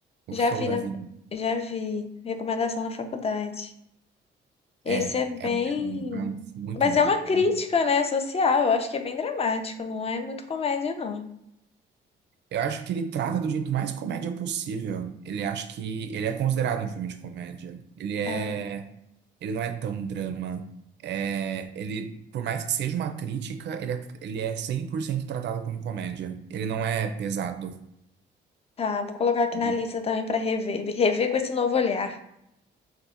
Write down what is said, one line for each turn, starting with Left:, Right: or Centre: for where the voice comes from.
Right: o
Left: Já
Right: show
Left: vi
Right: da
Left: na,
Right: vida.
Left: já vi recomendação na faculdade. Esse
Right: É,
Left: é bem,
Right: é um filme- é um filme muito
Left: mas
Right: bom.
Left: é uma crítica,
Right: muito-
Left: né, social. Eu acho que é bem dramático, não é muito comédia, não.
Right: Eu acho que ele trata do jeito mais comédia possível. Ele acho que ele é considerado um filme de comédia. Ele é,
Left: Ah,
Right: ele não é tão drama. É, ele, por mais que seja uma crítica, ele é, ele é 100% tratado como comédia. Ele não é pesado.
Left: tá, vou colocar aqui
Right: Ele-
Left: na lista também pra rever, rever com esse novo olhar.